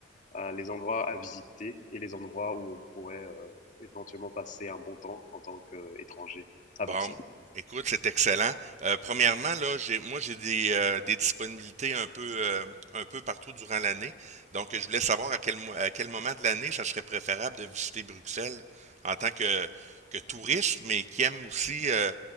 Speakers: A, on the left (about 45°); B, on the right (about 40°).
A: heu, les endroits à visiter et les endroits où on pourrait, heu, éventuellement passer un bon temps en tant qu'étranger à
B: Bon,
A: Bruxelles.
B: écoute, c'est excellent. Euh, premièrement, là, j'ai, moi, j'ai des, euh, des disponibilités un peu, euh, un peu partout durant l'année. Donc, je voulais savoir à quel, mo- à quel moment de l'année ça serait préférable de visiter Bruxelles en tant que, que touriste, mais qui aime aussi euh,